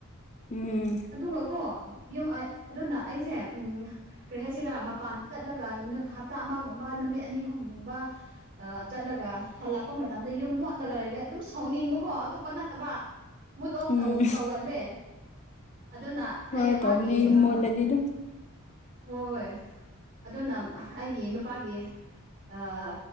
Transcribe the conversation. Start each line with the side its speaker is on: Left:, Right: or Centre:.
Left: ꯎꯝ
Right: ꯑꯗꯨꯒꯀꯣ ꯌꯨꯝ ꯑ ꯑꯗꯨꯅ ꯑꯩꯁꯦ ꯎꯝ ꯀꯔꯤ ꯍꯥꯏꯁꯤꯔꯥ ꯃꯄꯥꯟ ꯆꯠꯂꯒ ꯍꯞꯇꯥ ꯑꯃꯒꯨꯝꯕ ꯅꯨꯃꯤꯠ ꯑꯅꯤ ꯑꯍꯨꯝꯒꯨꯝꯕ ꯑꯥ ꯆꯠꯂꯒ ꯍꯜꯂꯛꯄ ꯃꯇꯝꯗ ꯌꯨꯝ ꯃꯣꯠꯂꯒ ꯂꯩꯔꯗꯤ ꯑꯗꯨꯝ ꯁꯥꯎꯅꯤꯡꯕꯀꯣ ꯑꯇꯣꯞꯄ ꯅꯠꯇꯕ ꯃꯨꯠ ꯑꯣꯐ
Left: ꯎꯝ
Right: ꯇꯧ ꯇꯧꯒꯜꯂꯦ ꯑꯗꯨꯅ
Left: ꯍꯣꯏ
Right: ꯑꯩ ꯃꯥꯒꯤ
Left: ꯇꯧꯕꯅꯦ ꯌꯨꯝ
Right: ꯑ
Left: ꯃꯣꯜꯂꯗꯤ ꯑꯗꯨꯝ
Right: ꯍꯣꯏ ꯑꯗꯨꯅ ꯑꯩꯒꯤ ꯅꯨꯄꯥꯒꯤ ꯑꯥ